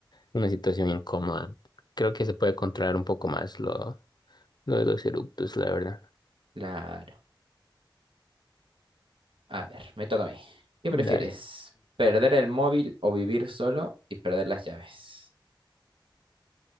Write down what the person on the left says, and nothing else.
una situación incómoda. Creo que se puede controlar un poco más lo, lo de los eructos, la verdad.
Dale.